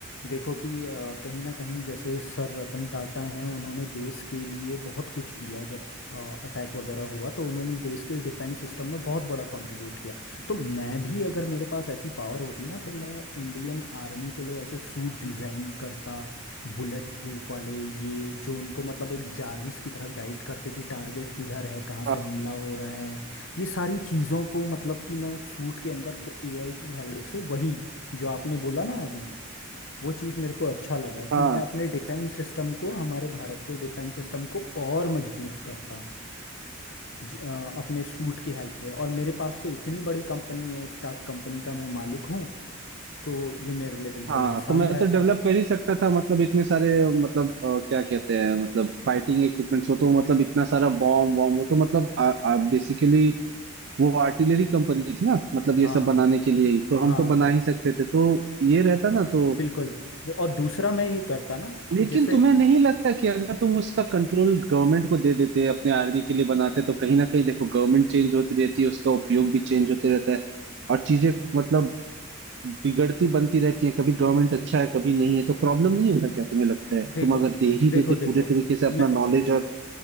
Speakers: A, on the left; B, on the right.
A: देखो कि अ, कहीं ना कहीं जैसे सर रतन टाटा हैं उन्होंने देश के लिए बहुत कुछ किया जब अटैक वगैरह हुआ तो उन्होंने देश के डिफेंस सिस्टम में बहुत बड़ा कंट्रीब्यूट किया तो मैं भी अगर मेरे पास ऐसी पावर होती ना तो मैं इंडियन आर्मी के लिए ऐसे सूट डिज़ाइन करता बुलेट प्रूफ वाले ये जो उनको मतलब एक जारविस की तरह गाइड करते कि टारगेट किधर है कहाँ
B: हाँ
A: से हमला हो रहा है ये सारी चीज़ों को मतलब कि मैं उस सूट के अंदर एआई की हेल्प से वही जो आपने बोला ना अभी वो चीज़ मेरे को अच्छा लगा
B: हाँ
A: कि मैं अपने डिफेंस सिस्टम को हमारे भारत के डिफेंस सिस्टम को और मजबूत करता ज- अ, अपने सूट की हेल्प से और मेरे पास तो इतनी बड़ी कंपनी है स्टॉक कंपनी का मैं मालिक हूँ तो ये मेरे लिए बिल्कुल
B: हाँ
A: आसान
B: तो मैं
A: रहता
B: तो डेवलप कर ही सकता था मतलब इतने सारे मतलब अ, क्या कहते हैं मतलब फाइटिंग इक्विपमेंट्स हो तो मतलब इतना सारा बॉम्ब वॉम्ब वो तो मतलब बेसिकली वो आर्टिलरी कंपनी थी ना मतलब ये
A: हाँ
B: सब बनाने के लिए ही तो हम
A: हाँ
B: तो बना ही सकते थे तो ये रहता ना तो
A: बिल्कुल और दूसरा मैं ये करता ना
B: लेकिन
A: कि जैसे
B: तुम्हें नहीं लगता कि अगर तुम उसका कंट्रोल गवर्नमेंट को दे देते अपने आर्मी के लिए बनाते तो कहीं ना कहीं देखो गवर्नमेंट चेंज होती रहती है उसका उपयोग भी चेंज होते रहता है और चीजें मतलब बिगड़ती बनती रहती है कभी गवर्नमेंट अच्छा है कभी नहीं है तो प्रॉब्लम नहीं होता क्या तुम्हें लगता है
A: देखो
B: तुम अगर दे ही
A: देखो
B: देते
A: देखो
B: पूरे तरीके से अपना
A: मैं
B: नॉलेज और